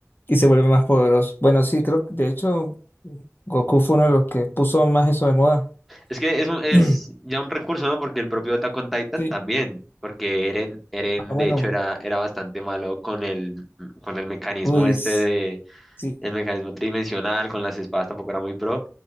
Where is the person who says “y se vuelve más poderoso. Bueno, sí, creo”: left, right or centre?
Left